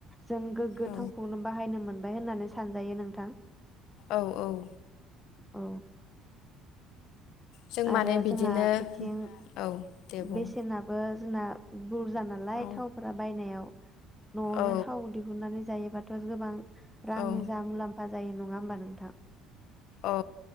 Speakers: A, in the centre; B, on the left (about 65°).
A: जों गोग्गो
B: औ
A: थावखौनो बाहायनो मोन मोनबाय होननानै सानजायो नोंथां।
B: औ औ
A: औ
B: जों माने
A: आरो
B: बिदिनो
A: जोंहा बिथिं
B: औ दे बुं
A: बेसेनाबो। जोंना बुरजानालाय।
B: औ
A: थावफोरा बायनायाव नआवनो
B: औ
A: थाव दिहुननानै जायोबाथ <unintelligible> गोबां रांनि
B: औ
A: जा मुलाम्फा जायो नङा होमबा नोंथां
B: औ